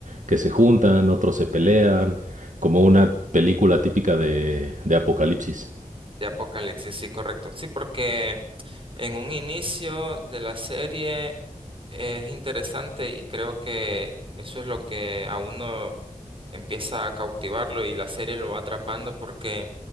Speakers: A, on the right; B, on the right.
A: que se juntan, otros se pelean, como una película típica de, de apocalipsis.
B: De Apocalipsis, sí, correcto. Sí, porque en un inicio de la serie es interesante y creo que eso es lo que a uno empieza a cautivarlo y la serie lo va atrapando porque,